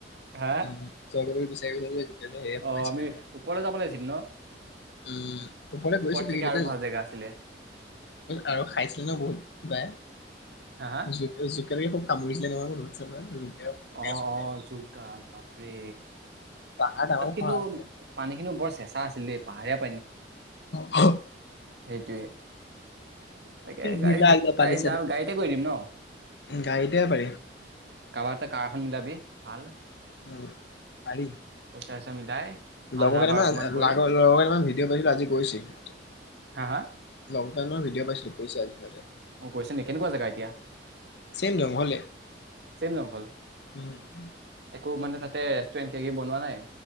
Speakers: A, on the right; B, on the left.
A: হা
B: উম চল <inaudible> সেয়ে সোমাইছিলো
A: অ আমি ওপৰলৈ যাব লাগিছিল ন
B: উম পলে
A: ওপৰত
B: গৈছিলে
A: চাগে
B: কি গতিয়া
A: আৰু ভাল জেগা আছিলে
B: আৰু খাইছিলো বহুত কিবা।
A: হা হা
B: জ জুকে তে খুব কামুৰিছিলে নোহাৰ মনত চাবা জকে পোকে
A: অ
B: চোকে
A: অ জুকগাল বাপৰে
B: পাহাৰ ডাঙৰ
A: তাত কিন্তু
B: পাহাৰ আছিলে
A: পানীখিনিও বৰ চেঁচা আছিল দে পাহাৰীয়াব
B: হ।
A: সেটোৱে। তাকে গাড়ীত
B: দিলা একদম পানী
A: গাড়ীত
B: চানী
A: যাম গাড়ীতে কৰি দিম ন।
B: গাড়ীতে পাৰি
A: কাবাতে কাৰ এখন মিলাবি। পাল।
B: উ পাৰি।
A: চা চা মিলাই। হাজাৰ
B: লগৰ কেইটামা
A: বাৰশ
B: <unintelligible>
A: মান কৰি
B: ভিডিঅ' পাইছিলো আজি গৈছে সিহঁতে।
A: হা হা?
B: লকডানৰ ভিডিঅ পাইছিলো কৈছে আজি কৈছে আজি ইহঁতে।
A: অ কৈছে নেকি কেনেকুৱা জেগা এতিয়া
B: চেম জংঘলে
A: চেম জংঘল
B: উম
A: একো মানে তাতে ৰেষ্টৰেণ্ট ক কি বনোৱা নাই